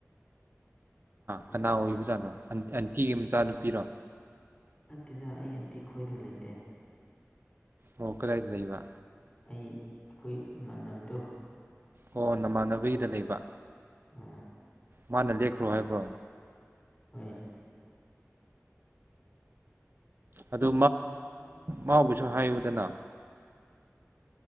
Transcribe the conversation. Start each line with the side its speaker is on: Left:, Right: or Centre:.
Right: ꯀꯅꯥ
Left: ꯎꯝ
Right: ꯑꯣꯏꯕꯖꯥꯠꯅꯣ ꯑꯦꯟꯇꯤꯒꯤ ꯃꯆꯥꯅꯨꯄꯤꯔꯣ
Left: ꯅꯠꯇꯦꯗ ꯑꯩ ꯑꯗꯨꯗꯤ ꯈꯣꯏꯗ ꯂꯩꯇꯦ
Right: ꯃꯈꯔ ꯍꯥꯏꯗꯗꯩꯕ
Left: ꯑꯩ ꯑꯩꯈꯣꯏ ꯏꯃꯥꯟꯅꯕꯗꯣ
Right: ꯑꯣ ꯅꯃꯥꯟꯅꯕꯒꯤꯗ ꯂꯩꯕ
Left: ꯑ
Right: ꯃꯥꯅ ꯂꯦꯛꯈ꯭ꯔꯣ ꯍꯥꯏꯕ꯭ꯔꯣ
Left: ꯍꯣꯏ
Right: ꯑꯗꯨ ꯃꯥꯕꯨꯁꯨ ꯍꯥꯏꯌꯨꯗꯅ